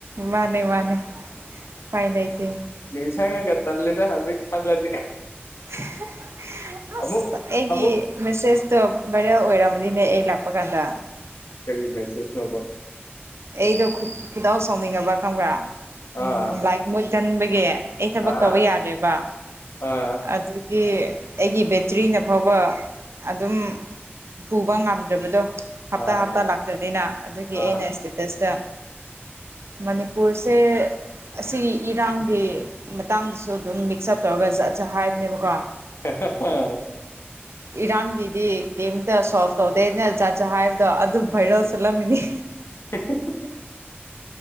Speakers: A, on the right; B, on the left.
A: ꯃꯥꯅꯦ ꯃꯥꯅꯦ ꯄꯥꯏ ꯂꯩꯆꯦ
B: ꯅꯤꯡꯁꯉꯒ ꯇꯂꯦꯗ ꯍꯧꯖꯤꯛ ꯈꯜꯂꯗꯤ
A: <unintelligible> ꯑꯁ
B: ꯑꯃꯨꯛ
A: ꯑꯩꯒꯤ
B: ꯑꯃꯨꯛ
A: ꯃꯦꯁꯦꯁꯇꯣ ꯚꯥꯏꯔꯦꯜ ꯑꯣꯏꯔꯝꯃꯅꯤꯅꯦ ꯑꯩ ꯂꯥꯛꯄ ꯀꯥꯟꯗ
B: ꯀꯔꯤ ꯃꯦꯁꯦꯖ ꯅꯣꯕ
A: ꯑꯩꯗꯣꯠ ꯈꯨꯗꯥꯥꯎ ꯁꯥꯎꯅꯤꯡꯉꯕ꯭ ꯈꯪꯕ꯭ꯔꯥ ꯎꯝ
B: ꯑꯥ
A: ꯂꯥꯏꯛ ꯃꯨꯠ ꯀꯟꯕꯒꯤ ꯑꯩ ꯊꯕꯛ
B: ꯑꯥ
A: ꯇꯧꯕ ꯌꯥꯗ꯭ꯔꯦꯕ
B: ꯑꯥ
A: ꯑꯗꯨ ꯀ ꯑꯩꯒꯤ ꯕꯦꯇ꯭ꯔꯤꯅ ꯐꯥꯎꯕ ꯑꯗꯨꯝ ꯄꯨꯕ ꯉꯝꯗ꯭ꯔꯕꯗꯣ ꯍꯞꯇꯥ
B: ꯑꯥ
A: ꯍꯞꯇꯥ
B: ꯑꯥ
A: ꯂꯥꯛꯇꯕꯅꯤꯅ ꯑꯗꯨꯒꯤ ꯑꯩꯅ
B: ꯑꯥ
A: ꯏꯁꯇꯦꯇꯁ ꯇ ꯃꯅꯤꯄꯨꯔꯁꯦ ꯑꯁꯤꯒꯤ ꯏꯔꯥꯡꯒꯤ ꯃꯇꯥꯡꯗꯁꯨ ꯑꯗꯨꯝ ꯃꯤꯛꯁ ꯑꯞ ꯇꯧꯔꯒꯖꯠꯖꯠ ꯍꯥꯏꯕꯅꯦꯕꯀꯣ
B: <unintelligible>
A: ꯏꯔꯥꯡꯒꯤꯗꯤ ꯀꯔꯤꯝꯇ ꯁꯣꯜꯕ ꯇꯧꯗꯦꯅ ꯖꯥꯠ ꯖꯥꯠ ꯍꯥꯏꯕꯗꯣ ꯑꯗꯨ
B: <unintelligible>
A: ꯚꯥꯏꯔꯦꯜ ꯆꯠꯂꯝꯃꯤꯅꯤ